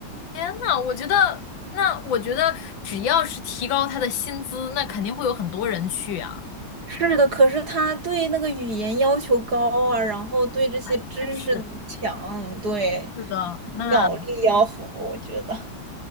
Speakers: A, on the left; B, on the right.
A: 天呐，我觉得，那我觉得只要是提高他的薪资，那肯定会有很多人去啊。
B: 是的，可是他对那个语言要求高啊，然后对这些知识强，
A: 真是，
B: 对
A: 是的，那
B: 脑力要好，我觉得。